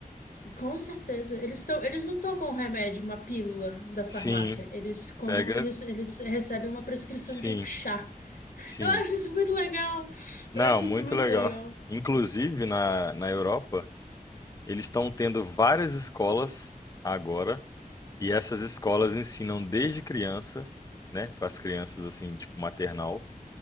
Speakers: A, on the left; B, on the left.
A: Com certeza. Eles tão, eles não tomam remédio, uma pílula da farmácia.
B: Sim,
A: Eles comam,
B: pega,
A: eles, eles recebem uma prescrição
B: sim,
A: de um chá.
B: sim.
A: Eu acho isso muito legal.
B: Não,
A: Eu acho
B: muito
A: isso muito
B: legal.
A: legal.
B: Inclusive na, na Europa, eles estão tendo várias escolas agora, e essas escolas ensinam desde criança, né, para as crianças assim, tipo maternal,